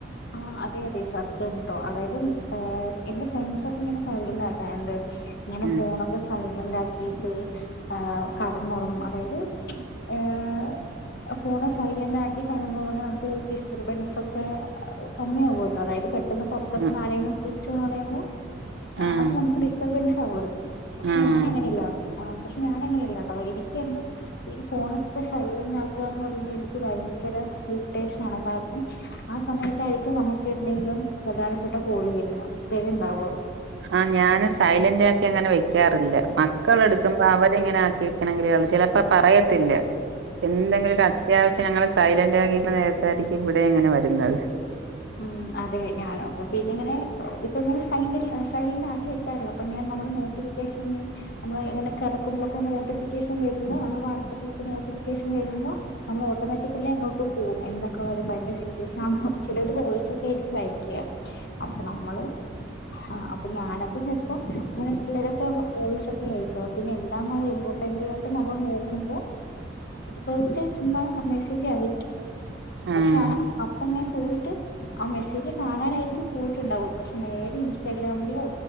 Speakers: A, on the left; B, on the right.
A: ആ അതെ അതെ സത്യാണ് ട്ടോ അതായത് ഏ എന്റെ ഫ്രണ്ട്സ് ഒക്കെ ങ്ങനെ പറയുന്ന കേട്ടണ്ട് ങ്ങനെ
B: ഉം
A: ഫോണൊ- സൈലന്റ് ആക്കിയിട്ട്എ കടന്നുറങ്ങണം അതായത് <inaudible> ഏ- ആ ഫോണ സൈലന്റ് ആക്കി കടനോറങ്ങി നമുക്ക് ഡിസ്റ്റർബൻസ് ഒക്കെ- കമ്മിയകല്ലോ അതായത് പെട്ടന്ന് പുറത്തുനിന്ന്
B: ഉം
A: ആരെേങ്കിലും വിളിച്ചോ പറയുമ്പോ ആ
B: ഉം
A: അത് നമുക്ക് ഡിസ്റ്റർബൻസ് ആവൊല്ലോ പക്ഷെ
B: ഉം
A: ഞാനങ്ങൻ ഇല്ല പക്ഷെ ഞാനങ്ങനെയല്ല ട്ടോ എനിക്കെന്തോ ഈ ഫോണൊക്കെ സൈലന്റ് ആക്കുകന്ന് അത്പറഞ്ഞ എനിക്ക് ഭയങ്കര ഇറിട്ടേഷനാ ണ് കാരണം ആ സമയത്തായിരിക്കും നമുക്ക് എന്തെങ്കിലും പ്രധാനപ്പെട്ട കോള് വര വരുണ്ടാവ
B: ആ ഞാന് സൈലന്റ് ആക്കി ങ്ങനെ വെക്കാറില്ല മക്കള എടുക്കുമ്പോ അവരിങ്ങനെ ആക്കി- <unintelligible> ക്കനെങ്കി ചിലപ്പോ പറയത്തില്ല എന്തെങ്കിലും ആണ് അത്യാവശ്യം ഞ- സൈലന്റ് ആകിയിട്ടുന്ന നേരത്തായിയിരിക്കും ഇവടെയ് ങ്ങനെ വരുന്നത്
A: ഉം അതെ ഞാന പിന്നെ ങ്ങനെ <unintelligible> പ്പോൾ ഇങ്ങനെ സൈലൻറ് ആക്കി വെക്കാറില്ല അപ്പോൾ ഇങ്ങനെനമ്മളെനോട്ടിഫിക്കേഷന്ന് നമ്മള് ങ്ങനെ കടക്കുമ്പോ മ്പോളൊക്കെ നോട്ടിഫിക്കേഷൻ വരുമ്പോ നമ്മള് വാട്സആപ്പിലൊക്കെ നോട്ടിഫിക്കേഷൻ വരുമ്പോ- നമ്മൾ ഓട്ടോമാറ്റിക്കലി അങ്ങോട്ട് പോകും എന്തൊക്കെയ ഭയങ്കര സീരിയസ് ആഹ്ഹേ ചിലര് വോയിസൊക്കെര്കും അയക്ക അപ്പൊ നമ്മള് ആഹ് അപ്പൊ ഞാനൊക്കെ ചെൽപ്പങ്ങനെ പിള്ളേരൊക്കെ വോയിസൊക്കെ അയക്കും പിന്നെ എന്താന്ന പറയുമ്പോ ഇങ്ങോട്ട് നമ്മൾ നോക്കുമ്പോ വർത്തെ ചുമ്മാമെസ്സേജ് ആയി
B: ആഹ്
A: പക്ഷെ ആ പ്പങ്ങനെ പോയിട്ട് ആ മെസ്സേജ് കാണാനായിരിക്കും പോയിട്ടുണ്ടാവ പക്ഷെ നേരെ ഇൻസ്റ്റാഗ്രാമിലോ